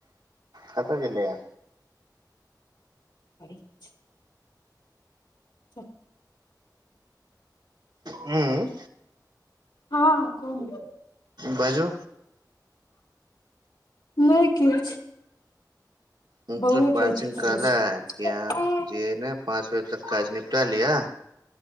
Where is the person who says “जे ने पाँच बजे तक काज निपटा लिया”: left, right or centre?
Right